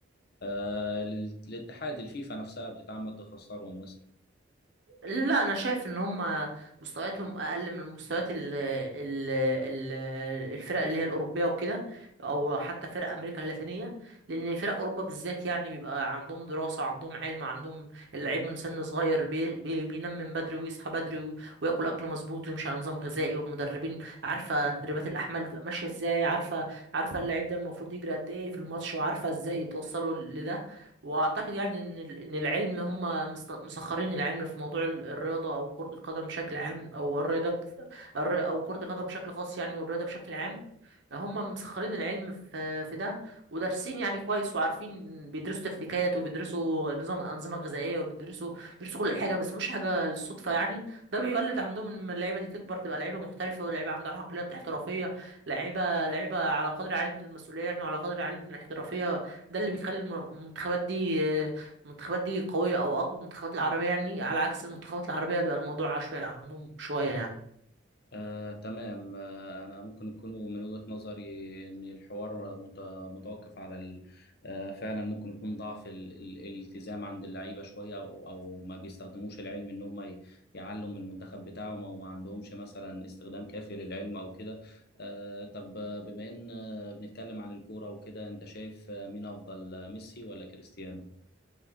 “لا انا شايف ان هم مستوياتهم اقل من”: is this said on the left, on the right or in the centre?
Right